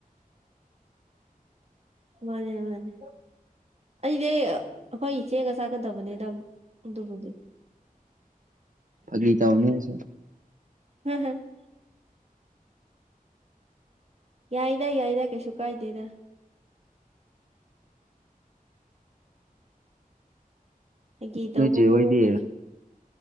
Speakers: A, on the right; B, on the right.
A: ꯃꯅꯤ ꯃꯅꯤ ꯑꯩꯗꯤ ꯑꯩꯈꯣꯏ ꯏꯆꯦꯒ ꯆꯥꯛꯀꯗꯕꯅꯤꯗ ꯑꯗꯨꯕꯨꯗꯤ
B: ꯐꯥꯒꯤ ꯇꯥꯎꯅꯤꯗ ꯁꯨꯝ
A: <unintelligible> ꯌꯥꯏꯗ ꯌꯥꯏꯗ ꯀꯩꯁꯨ ꯀꯥꯏꯗꯦꯗ ꯑꯩꯒꯤ ꯇꯧꯕꯕꯨ
B: ꯅꯣꯏ ꯆꯦ ꯍꯣꯏꯗꯤ
A: ꯀꯩꯁꯨ